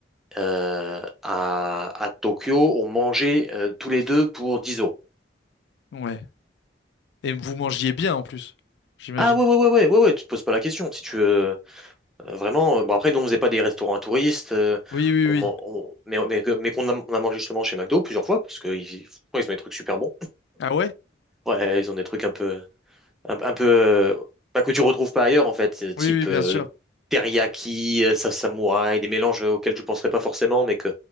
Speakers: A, in the centre; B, on the left.
A: Euh, à, à Tokyo, on mangeait euh, tous les deux pour 10 euros.
B: ouais. Et vous mangiez bien en plus, j'imagine.
A: Ah ouais, ouais, ouais, ouais, ouais, ouais, tu te poses pas la question. Si tu veux euh, vraiment. euh, bon, après, nous, on faisait pas des restaurants à touristes. euh,
B: Oui, oui,
A: on,
B: oui.
A: man- on- mais mais, que- mais qu'on a, on a mangé justement chez McDo plusieurs fois, parce qu'ils ils font ils ont des trucs super bons.
B: Ah ouais?
A: Ouais, ils ont des trucs un peu, un, un peu, euh, pas que tu retrouves pas ailleurs en fait, euh, type
B: Oui, oui, bien
A: euh,
B: sûr.
A: teriyaki, euh, sa- samouraï, des mélanges euh, auxquels je penserais pas forcément, mais que